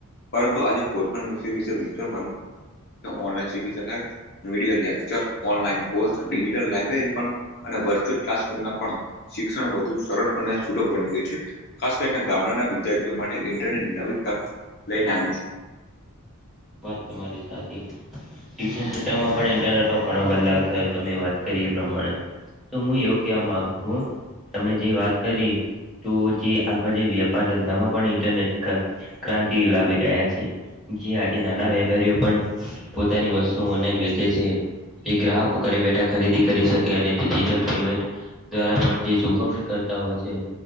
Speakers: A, on the left; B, in the centre.
A: પરંતુ આજે કોઈ પણ વિષય વિશે ઓનલાઇન શીખી શકાય. Video lecture online course digital library અને વર્ચ્યુઅલ ક્લાસરૂમ પણ શિક્ષણ વધુ સરળ અને સુલભ બની ગયું છે. ખાસ કરીને ગામડાના વિદ્યાર્થીઓ માટે ઇન્ટરને નવી તક લઈને આવી છે.
B: વાત તમારી સાચી શિક્ષણ ક્ષેત્રમાં પણ ઇન્ટરનેટ નો ઘણો બદલાવ થયો. તમે વાત કરી એ પ્રમાણે. તો હું એવું કેવા માંગુ તમે જે વાત કરી તો જે હાલમાં જે વ્યાપાર ધંધામાં પણ ઇન્ટરનેટ ક્રાંતિ લાવી રહ્યા છે. જે આજે નાના વેપારીઓ પણ પોતાની વસ્તુ ઓનલાઈન વેચે છે. એ ગ્રાહકો ઘરે બેઠા ખરીદી કરી શકે. અને ડિજિટલ પેમેન્ટ દ્વારા પણ જે ચુકવણી કરતા હોય છે.